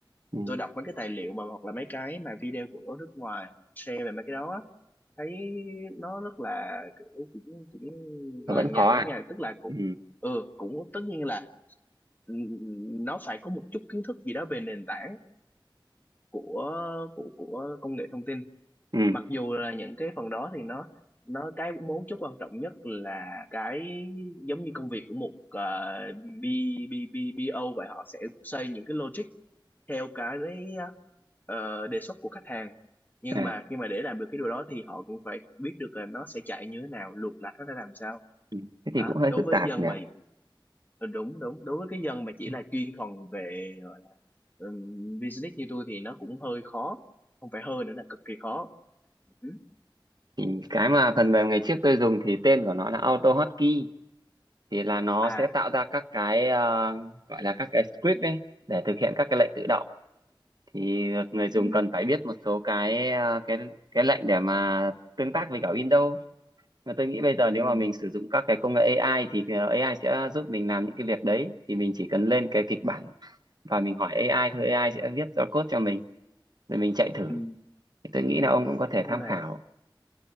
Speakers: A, on the right (about 55°); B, on the left (about 20°).
A: ừ.
B: tôi đọc mấy cái tài liệu mà hoặc là mấy cái mà video của nước ngoài share về mấy cái đó á, thấy nó rất là kiểu cũng cũng
A: Nó
B: lằng
A: vẫn khó
B: nhằng
A: à
B: lắm nha tức là cũng
A: ừ
B: ừ cũng tất nhiên là n- nó phải có một chút kiến thức gì đó về nền tảng của của của công nghệ thông tin
A: ừ
B: mặc dù là những cái phần đó thì nó nó cái mấu chốt quan trọng nhất là cái giống như công việc của một uh, B, B, B, BO vậy họ sẽ xây những cái logic theo cái ờ, đề xuất của khách hàng nhưng
A: à
B: mà khi mà để làm được cái điều đó thì họ cũng phải biết được là nó sẽ chạy như thế nào luồng lạch nó ra làm sao
A: ừ. thế thì
B: đó
A: cũng hơi
B: đối
A: phức
B: với
A: tạp
B: dân
A: nhỉ
B: mà ừ, đúng đúng đối với cái dân mà chỉ
A: Ừ.
B: là chuyên thuần về gọi là, ừm, business như tôi thì nó cũng hơi khó không phải hơi nữa là cực kỳ khó Ừ.
A: Thì cái mà phần mềm ngày trước tôi dùng thì tên của nó là AutoHotkey thì là nó
B: à
A: sẽ tạo ra các cái ờ, gọi là các cái script ấy để thực hiện các cái lệnh tự động thì người dùng
B: ừ,
A: cần phải biết một số cái ờ, cái cái lệnh để mà tương tác với cả Windows mà tôi nghĩ bây giờ nếu
B: ừ,
A: mà mình sử dụng các cái công nghệ AI thì ờ, AI sẽ giúp mình làm những cái việc đấy thì mình chỉ cần lên cái kịch bản và mình hỏi AI thôi AI sẽ viết ra code cho mình rồi mình chạy thử
B: ừ.
A: thì tôi nghĩ là ông cũng có thể
B: nhưng
A: tham
B: mà
A: khảo